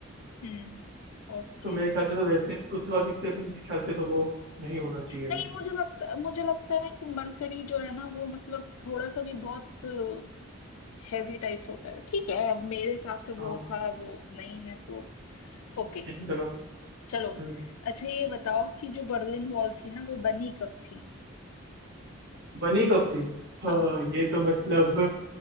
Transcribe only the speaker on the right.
तो मेरे ख्याल से तो वैसे उस लॉजिक से भी मेरे ख्याल से तो वो नहीं होना चाहिए
था
हाँ
ठीक है चलो
हम्म,
बनी कब थी हाँ
ये तो मतलब